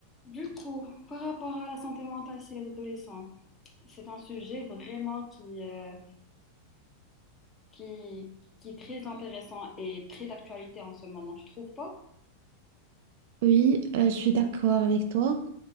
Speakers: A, on the left; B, on the right.
A: Du coup, par rapport à la santé mentale chez les adolescents, c'est un sujet vraiment qui, euh, qui, qui est très intéressant et très d'actualité en ce moment, tu trouves pas?
B: Oui, euh, je suis d'accord avec toi.